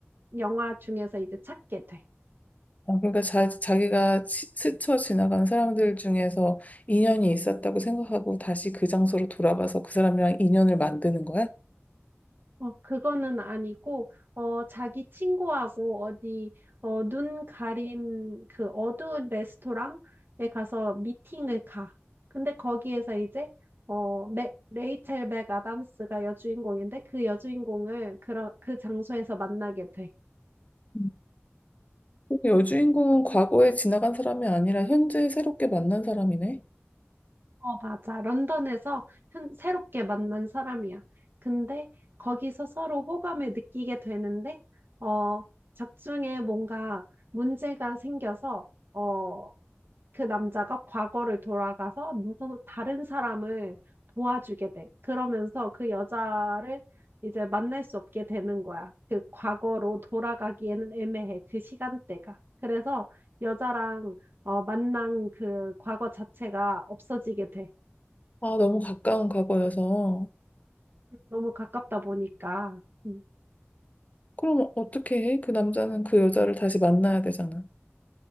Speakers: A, on the right (about 50°); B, on the left (about 35°).
A: 영화 중에서 이제 찾게 돼.
B: 아, 그러니까 자, 자기가 치- 스쳐 지나간 사람들 중에서 인연이 있었다고 생각하고 다시 그 장소로 돌아가서 그 사람이랑 인연을 만드는 거야?
A: 어, 그거는 아니고, 어, 자기 친구하고 어디, 어, 눈 가린 그 어두운 레스토랑에 가서 미팅을 가. 근데 거기에서 이제, 어, 맥, 레이첼 맥 아담스가 여주인공인데 그 여주인공을 그런, 그 장소에서 만나게 돼.
B: 음. 여주인공은 과거에 지나간 사람이 아니라 현재 새롭게 만난 사람이네?
A: 어, 맞아. 런던에서 현, 새롭게 만난 사람이야. 근데 거기서 서로 호감을 느끼게 되는데, 어, 작중에 뭔가 문제가 생겨서, 어, 그 남자가 과거를 돌아가서 누구 다른 사람을 도와주게 돼. 그러면서 그 여자를 이제 만날 수 없게 되는 거야. 그 과거로 돌아가기에는 애매해. 그 시간대가. 그래서 여자랑 어, 만난 그 과거 자체가 없어지게 돼.
B: 아, 너무 가까운 과거여서.
A: 너무 가깝다 보니까. 음.
B: 그럼 어떻게 해? 그 남자는 그 여자를 다시 만나야 되잖아.